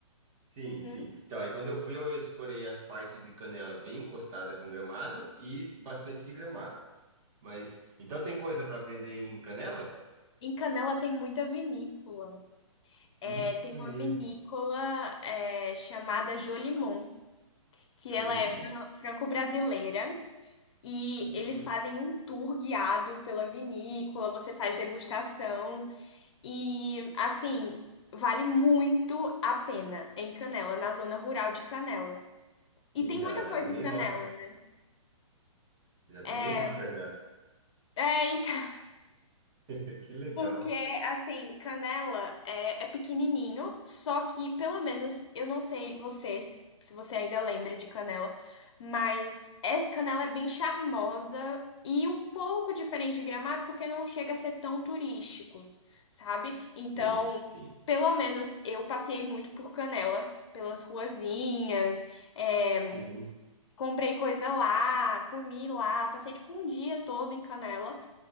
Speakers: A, on the right (about 25°); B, on the left (about 60°).
A: sim,
B: Uhum.
A: sim. Então, aí quando eu fui, eu explorei a parte de Canela bem encostada com Gramado e bastante de Gramado. Mas, então tem coisa para aprender em Canela?
B: Em Canela tem muita vinícola. É,
A: Hum,
B: tem uma
A: é mesmo.
B: vinícola é, chamada Jolimon, que
A: Jolimon.
B: ela é fran- franco-brasileira. E
A: Hum,
B: eles fazem um tour guiado pela vinícola, você faz degustação. E, assim, vale muito a pena em Canela, na zona rural de Canela. E
A: sim,
B: tem
A: já,
B: muita
A: já
B: coisa
A: tomei
B: em Canela,
A: nota.
B: né?
A: Já tomei
B: É,
A: nota já.
B: é, então.
A: <laughs> Que legal.
B: Porque, assim, canela é, é pequenininho, só que, pelo menos, eu não sei vocês, se você ainda lembra de canela, mas é, canela é bem charmosa e um pouco diferente de Gramado, porque não chega a ser tão turístico, sabe? Então,
A: Sim, sim,
B: pelo menos, eu passei muito por Canela, pelas ruazinhas, é,
A: sim.
B: comprei coisa lá, comi lá, passei, tipo, um dia todo em Canela.